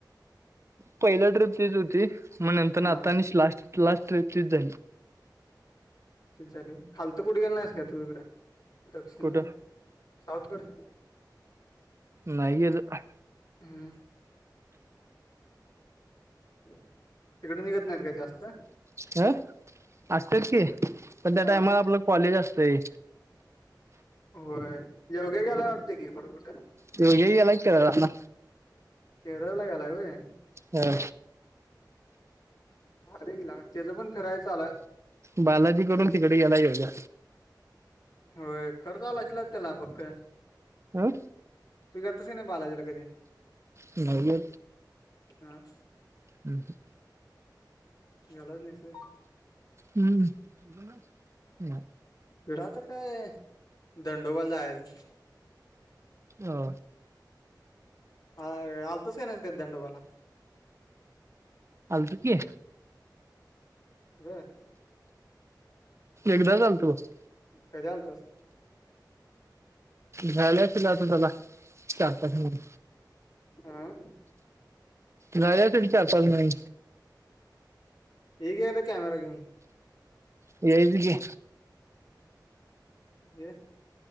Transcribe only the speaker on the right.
पहिल्या ट्रिप तेच होती मग नंतर
आता लाट त लास्ट्रेक्च झाली
कुठं
नाहीय तर
ह असतच की पण त्या
टाइमला आपलं कॉलेज असतय
येवग्या गेलाय केरळ ला
हा
बालाजीकडून तिकडे गला येवग्या
हं
नाही
हम् हं
हम्म ह
हो
अलतो की
एकदाच आलतो बग
झाला असल आता त्याला चार पाच महिने
नाही अस विचारता नाही
येईल की